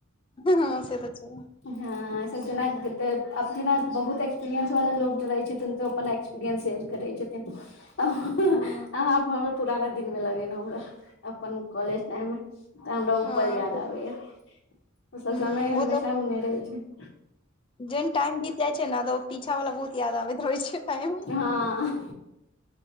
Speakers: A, on the left (about 25°); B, on the left (about 65°).
A: हँ से तऽ छै
B: हँऐ सब जेनाते अब जेना बहुत एक्सपीरियंस वाला लोग रहे छथिन तऽ अपन एक्सपिरियंस शेयर करै छथिन अहाँ
A: हँ
B: पुराना दिन मे लगेेलहुं हमरा अपन कॉलेज टाइम मे तऽ हमरा ओ
A: हँ
B: पल याद
A: से
B: आबेया ओ सब
A: हूं
B: समय हमेशा ओ नहि रहै छै
A: जेन टाइम बीत जाइ छै ने तऽ पीछा वला बहुत याद आबैत होइ छै टाइम
B: हँ